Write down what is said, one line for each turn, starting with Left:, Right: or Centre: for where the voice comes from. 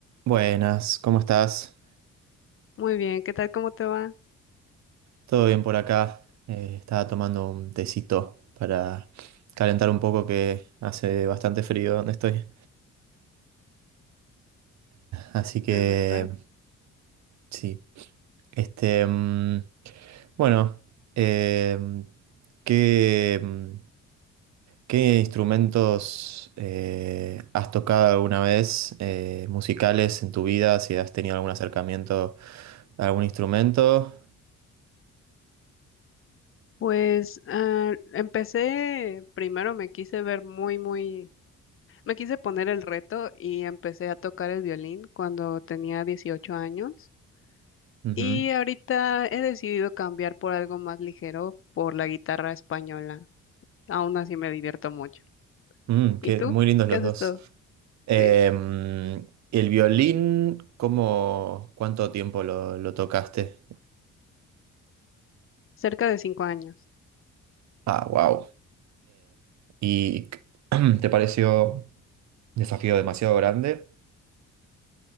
Right: Buenas, ¿cómo estás?
Left: Muy bien, ¿qué tal? ¿Cómo te va?
Right: ¿Todo bien por acá? Eh, estaba tomando un tecito para calentar un poco que hace bastante frío donde estoy. Así que
Left: De verdad.
Right: sí. Este, mm, bueno, em, ¿qué, mm, qué instrumentos eh, has tocado alguna vez eh, musicales en tu vida? Si has tenido algún acercamiento a algún instrumento.
Left: Pues ah, empecé, primero me quise ver muy, muy, me quise poner el reto y empecé a tocar el violín cuando tenía 18 años
Right: Ujú.
Left: y ahorita he decidido cambiar por algo más ligero, por la guitarra española. Aún así me divierto mucho.
Right: Mm, qué,
Left: ¿Y tú?
Right: muy lindos los
Left: ¿Qué haces
Right: dos.
Left: todo?
Right: Em,
Left: Sí,
Right: el violín, ¿cómo, cuánto tiempo lo, lo tocaste?
Left: cerca de 5 años.
Right: Ah, wow. ¿y <clears throat> te pareció un desafío demasiado grande?